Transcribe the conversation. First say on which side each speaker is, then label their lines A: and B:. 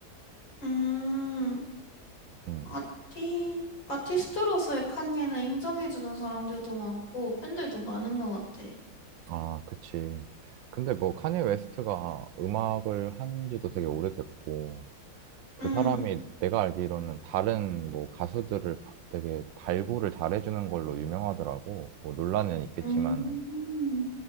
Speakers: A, on the left (about 75°); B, on the right (about 80°).
A: 음.
B: 음,
A: 아티. 아티스트로서의 칸예는 인정해주는 사람들도 많고 팬들도 많은 것 같아.
B: 아, 그치. 근데 뭐 카니 웨스트가 음악을 한 지도 되게 오래됐고, 그
A: 응.
B: 사람이 내가 알기로는 다른 뭐 가수들을 바- 되게 발굴을 잘해주는 걸로 유명하더라고. 뭐 논란은 있겠지만은.
A: 음,